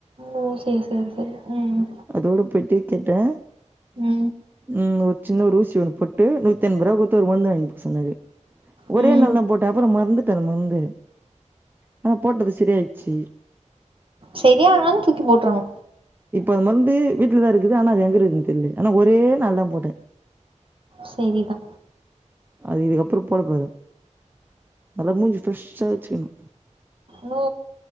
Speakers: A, on the right (about 45°); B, on the right (about 15°).
A: ஓ சேரி சேரி சேரி ம்
B: அதோட போயிட்டு கேட்டே
A: ம்
B: ம் ஒரு சின்ன ஒரு ஊசி ஒன்னு போட்டு நூற் த்தெண்பர்வா குட்த்து ஒரு மருந்து வாங்கிக் சொன்னாரு ஒரே
A: ம்
B: நாள் தா போட்டே அப்பறொ மற்ந்துட்டே அந்த மருந்து ஆனா போட்டது சரி ஆயிட்ச்சு
A: சரியானாலு தூக்கி போட்றணு
B: இப்ப அது மருந்து வீட்லதா இருக்குது ஆனா அது எங்கறகுது தெர்ல ஆனா ஒரே நாள் தா போட்டே
A: செரிதா
B: அது இதுக்கப்பறொ போடே பாரு நல்லா மூஞ்சி ஃபிரெஷா வச்சுக்கணு
A: நோ